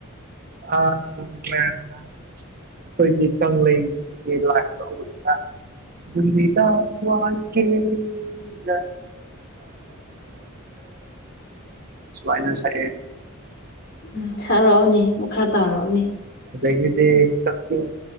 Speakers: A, on the right; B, on the left.
A: ꯑ ꯑꯩꯈꯣꯏꯒꯤ ꯀꯪꯂꯩꯒꯤ ꯂ ꯍꯥꯏꯔ ꯅꯨꯃꯤꯗꯥ ꯋꯥꯒꯦꯒ ꯁꯋꯥꯏꯅ ꯁꯔ
B: ꯎꯝ ꯁꯥꯔꯛꯎꯅꯤ ꯃꯈꯥ ꯇꯥꯔꯛꯎꯅꯤ
A: ꯑꯗꯒꯤꯗꯤ ꯀꯛꯆꯤꯡ